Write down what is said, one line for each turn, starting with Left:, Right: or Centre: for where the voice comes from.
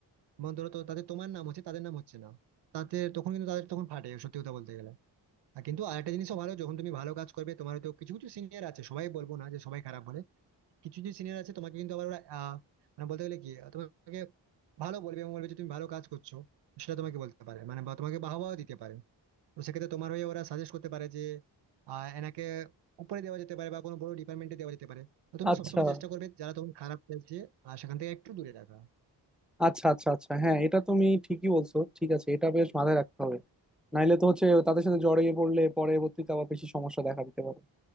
Right: এবং ধরো তো তাতে তোমার নাম হচ্ছে তাদের নাম হচ্ছে না তাতে তখন কিন্তু তাদের তখন ফাটে সত্যি কথা বলতে গেলে আর কিন্তু আরেকটা জিনিসও ভালো যখন তুমি ভালো কাজ করবে তোমার তো কিছু কিছু সিনিয়র আছে সবাই বলবো না যে সবাই খারাপ বলে কিছু যে সিনিয়র আছে তোমাকে কিন্তু আবার ওরা আহ, মানে বলতে গেলে কি তোমাকে ভালো বলবে এবং বলবে যে তুমি ভালো কাজ করছো সেটা তোমাকে বলতে পারে মানে বা তোমাকে বাহবাও দিতে পারে তো সেক্ষেত্রে তোমার হয়ে ওরা সাজেস্ট করতে পারে যে আহ, এনাকে উপরে দেওয়া যেতে পারে বা কোনো বড় ডিপার্টমেন্টে দেওয়া যেতে পারে তো তুমি
Centre: আচ্ছা
Right: সবসময় চেষ্টা করবে যারা তোমার খারাপ চাইছে আর সেখান থেকে একটু দূরে রাখা
Centre: আচ্ছা আচ্ছা আচ্ছা হ্যাঁ এটা তুমি ঠিকই বলছো ঠিক আছে এটা বেশ মাথায় রাখতে হবে নাইলে তো হচ্ছে তাদের সাথে জড়িয়ে পড়লে পরবর্তীতে আবার বেশি সমস্যা দেখা দিতে পারে